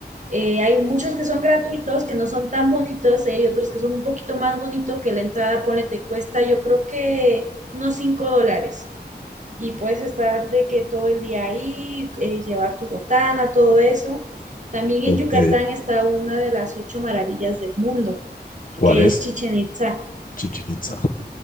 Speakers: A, on the right (about 45°); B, on the left (about 50°).
A: eh, hay muchos que son gratuitos, que no son tan bonitos, eh, y hay otros que son un poquito más bonitos, que la entrada, ponle, te cuesta yo creo que unos 5 dólares. Y puedes estar de que todo el día ahí, eh, llevar tu botana, todo eso. También
B: ok.
A: en Yucatán está una de las ocho maravillas del mundo,
B: ¿Cuál
A: que
B: es?
A: es Chichen Itza.
B: Chichen Itza.